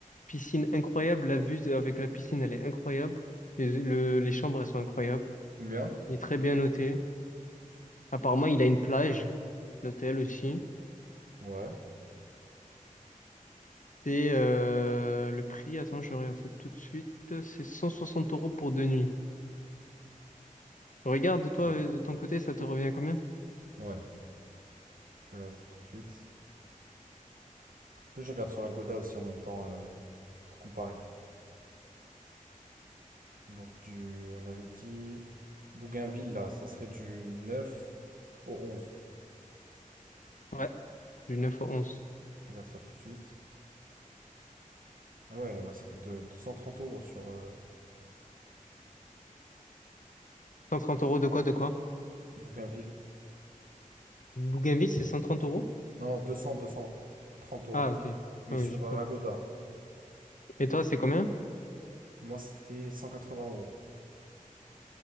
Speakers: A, on the left; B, on the right.
A: Piscine incroyable. La vue avec la piscine, elle est incroyable. Les, le- les chambres, elles sont incroyables.
B: Combien?
A: Il est très bien noté. Apparemment, il a une plage, l'hôtel aussi.
B: Ouais.
A: C'est euh, le prix, attends, je regarde ça tout de suite. C'est 160 euros pour deux nuits. Regarde, toi,
B: Ah.
A: euh, de ton côté, ça te revient à combien?
B: Ouais. Je regarde ça tout de suite. Je regarde sur Agoda aussi en même temps euh, pour comparer. Donc, du... on avait dit. Bougainville, là, ça serait du neuf au onze.
A: Ouais, du 9 au onze.
B: Je regarde ça tout de suite. Ah ouais, ouais, ça coûte euh, 230 euros sur euh,
A: Cent trente euros de quoi, de quoi?
B: Bougainville.
A: Bougainville, c'est 130 euros?
B: Non, non, deux cents, deux cent trente euros.
A: Ah, ok.
B: Mais
A: Ah
B: sur
A: oui, j'ai peur.
B: euh, Agoda.
A: Et toi, c'est combien?
B: Moi, c'était 180 euros.